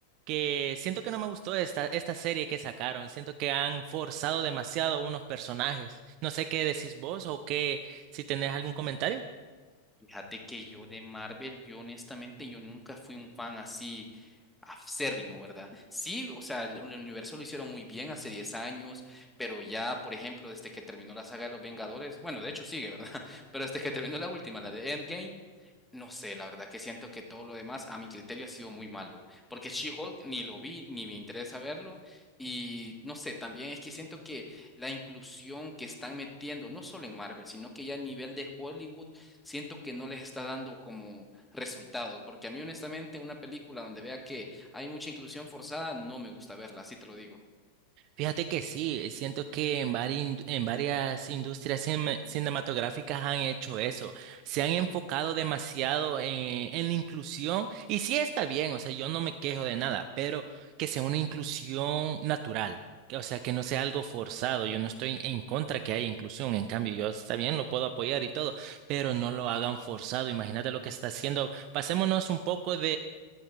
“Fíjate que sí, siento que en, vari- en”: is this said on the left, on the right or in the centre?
Right